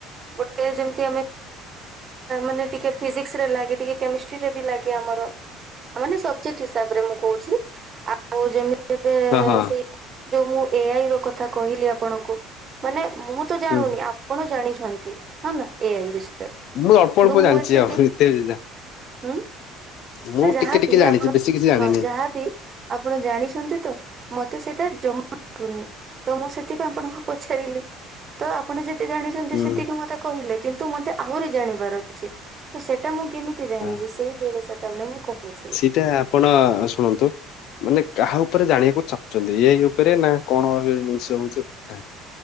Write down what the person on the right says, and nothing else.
ଗୋଟେ ଯେମିତି ଆମେ ମାନେ ଟିକେ ଫିଜିକି ସି ଲାଗେ ଟିକେ କେମେଷ୍ଟ୍ରିରେ ବି ଲାଗେ ଆମର। ମାନେ ସବଜେକ୍ଟ ହିସାବରେ ମୁଁ କହୁଛି ଆଉ ଯେମି ଏବେ
ସେଇ ଯୋଉ ମୁଁ ଏଆଇ ର କଥା କହିଲି ଆପଣଙ୍କୁ ମାନେ ମୁଁ ତ ଜାଣୁନି
ଆପଣ ଜାଣିଛନ୍ତି ହ ନା ଏଆଇ ବିଷୟରେ
କିନ୍ତୁ
ମୁଁ
ଏତିକି
ହୁଁ
ନା ଯାହାବି
ଆପଣ
ହଁ ଯାହାବି ଆପଣ ଜାଣିଛନ୍ତି ତ ମତେ ସେଇଟା ଜମା <unintelligible> ତ ମୁଁ ସେଥିପାଇଁ ଆପଣଙ୍କୁ ପଚାରିଲି ତ ଆପଣ ଯେ ତେ ଜାଣିଛନ୍ତି
ସେତିକି ମତେ କହିଲେ କିନ୍ତୁ ମତେ ଆହୁରି ଜାଣିବାର ଅଛି ତ ସେଇଟା ମୁଁ କେମି ତି ଜାଣିବି
ସେଇ ଜିନିଷ ଟା ମୁଁ କହୁଛି।